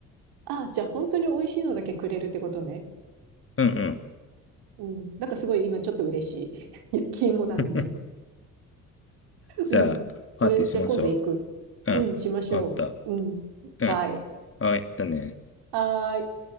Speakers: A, on the right (about 70°); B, on the left (about 30°).
A: あ、じゃあ本当に美味しいのだけくれるってことね。
B: うんうん。
A: うん。なんかすごい今ちょっと嬉しい。<laughs> 焼き芋なのに。
B: <laughs> じゃあ、
A: うん。それじゃあ今度行く。
B: パーティーしましょう。
A: うん、
B: うん。
A: しましょう。
B: わかった。
A: うん。
B: うん。
A: はい。
B: はい。だね。
A: はーい。